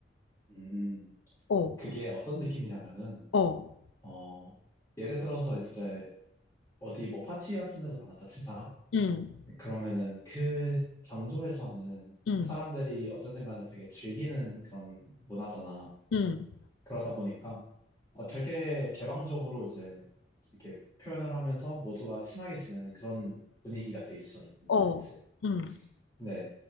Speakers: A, on the left; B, on the left.
A: 음,
B: 어,
A: 그게 어떤 느낌이냐면은,
B: 어,
A: 어, 예를 들어서 이제 어디 뭐 파티 같은 데서 만났다 치자.
B: 음,
A: 그러면은 그 장소에서는
B: 음,
A: 사람들이 어쨌든 간에 되게 즐기는 그런 문화잖아.
B: 음,
A: 그러다 보니까 어, 되게 개방적으로 이제 이렇게 표현을 하면서 모두가 친하게 지내는 그런 분위기가 돼 있어, 이미.
B: 어,
A: 그치?
B: 음,
A: 근데